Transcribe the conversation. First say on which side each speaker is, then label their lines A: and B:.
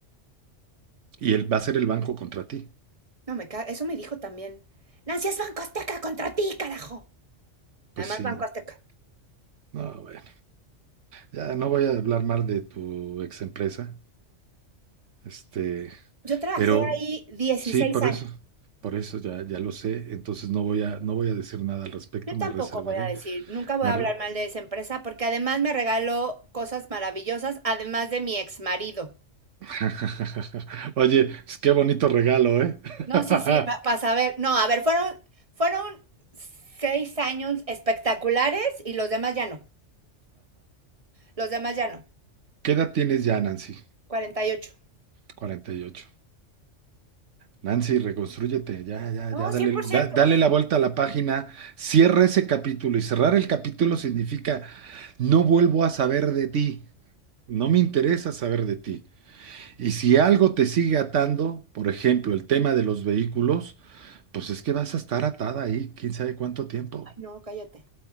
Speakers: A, on the right (about 75°); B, on the right (about 30°).
A: Y él va a ser el banco contra ti.
B: No, me ca- eso me dijo también. Nancy es Banco Azteca contra ti, carajo.
A: Pues
B: Además,
A: sí.
B: Banco Azteca.
A: No, bueno, ya no voy a hablar mal de tu ex empresa. Este,
B: Yo trabajé
A: pero
B: ahí dieciséis
A: sí, por
B: años.
A: eso. Por eso ya, ya lo sé. Entonces no voy a, no voy a decir nada al respecto,
B: Yo
A: me
B: tampoco
A: reservaré.
B: voy a decir, nunca voy
A: Me
B: a hablar
A: re-
B: mal de esa empresa porque además me regaló cosas maravillosas, además de mi ex marido.
A: <laughs> Oye, pues qué bonito regalo, ¿eh? <laughs>
B: No,
A: Ajá.
B: sí, sí, para saber. No, a ver, fueron, fueron seis años espectaculares y los demás ya no. Los demás ya no.
A: ¿Qué edad tienes ya, Nancy?
B: 48.
A: cuarenta y ocho Nancy, reconstrúyete, ya, ya,
B: No,
A: ya,
B: cien
A: dale,
B: por ciento.
A: da- dale la vuelta a la página, cierra ese capítulo y cerrar el capítulo significa no vuelvo a saber de ti, no me interesa saber de ti. Y si algo te sigue atando, por ejemplo, el tema de los vehículos, pues es que vas a estar atada ahí, quién sabe cuánto tiempo.
B: Ay, no, cállate.